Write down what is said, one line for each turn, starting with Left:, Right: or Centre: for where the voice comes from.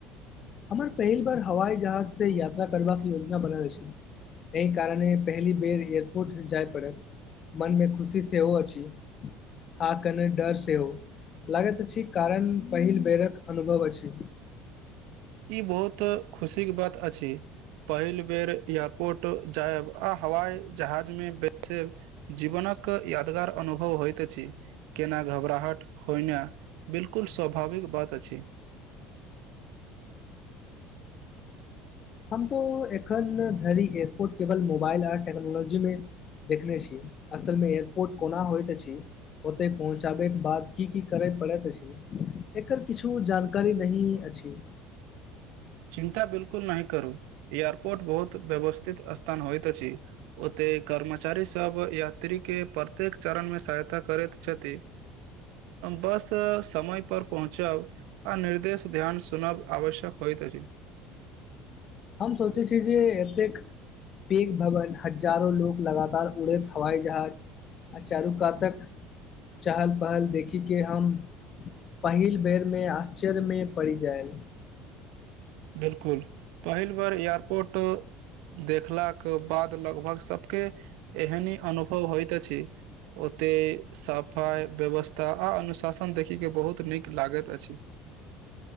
Left: हमर पहिल बार हवाई जहाज से यात्रा करबाके योजना बनल अछि एहि कारणे पहिली बेर एयरपोर्ट जाय पड़त मन मे खुशी सेहो अछि आ कने डर सेहो लागैत छी कारण पहिल बेरक अनुभव अछि
Right: ई बहुत खुशी के बात अछि पहिल बेर एयरपोर्ट जायब आ हवाई जहाज मे बेसे जीवनक यादगार अनुभव होइत छी केना घबराहट होइना बिल्कुल स्वाभाविक बात अछि
Left: हम तो एखन धरि एयरपोर्ट केवल मोबाइल आर टेक्नोलॉजी मे देखने छी असल मे एयरपोर्ट कोना होइत अछि ओतय पहुँचाबैके बाद की की करय पड़ैत अछि एकर किछु जानकारी नहि अछि
Right: चिन्ता बिलकुल न करू एयारपोर्ट बहुत व्यवस्थित स्थान होइत अछि ओते कर्मचारी सब यात्री के प्रत्येक चरणमे सहायता करैत छथि बस समय पर पहुँचब आ निर्देश ध्यान सुनाब आवश्यक होइत अछि
Left: हम सोचे छी जे एतेक पघ भवन हजारो लोग लगातार उड़ैत हवई जहाज अचारू कातक चहल पहल देखी के हम पहिल बेरमे आश्चर्यमे पड़ी जाय
Right: बिलकुल पहिल बार एयरपोर्ट देखलाके बाद लगभग सबके एहन अनुभव होइत अछि ओते सफाइ व्यवस्था आ अनुशासन देखय के बहुत नीक लागैत अछि